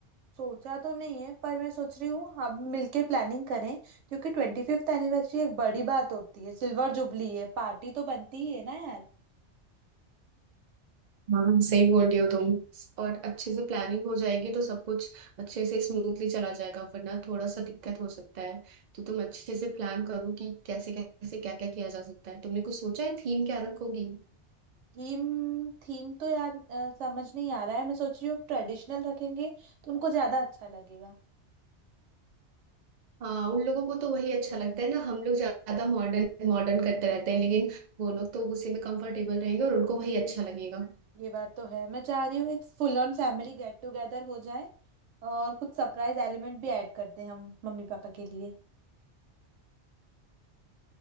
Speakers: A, on the right; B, on the right.
A: सोचा तो नहीं है पर मैं सोच रही हूँ हम मिलके प्लानिंग करें क्योंकि ट्वेंटी फिफ्थ एनिवर्सरी एक बड़ी बात होती है सिल्वर जुबली है पार्टी तो बनती ही है ना यार
B: हाँ सही बोल रही हो तुम और अच्छे से प्लानिंग हो जाएगी तो सब कुछ अच्छे से स्मूथली चला जाएगा वरना थोड़ा सा दिक्कत हो सकता है तो तुम अच्छे से प्लान करो कि कैसे कैसे क्या क्या किया जा सकता है तुमने कुछ सोचा है थीम क्या रखोगी
A: थीम थीम तो यार अ, समझ नहीं आ रहा है मैं सोच रही हूँ ट्रेडिशनल रखेंगे तो उनको ज्यादा अच्छा लगेगा
B: हाँ उन लोगों को तो वही अच्छा लगता है ना हम लोग ज्यादा मॉडर्न मॉडर्न करते रहते हैं लेकिन वो लोग तो उसी में कंफर्टेबल रहेंगे और उनको वही अच्छा लगेगा
A: ये बात तो है मैं चाह रही हूँ एक full on family get together हो जाए और कुछ सरप्राइज एलिमेंट भी ऐड कर दें हम मम्मी पापा के लिए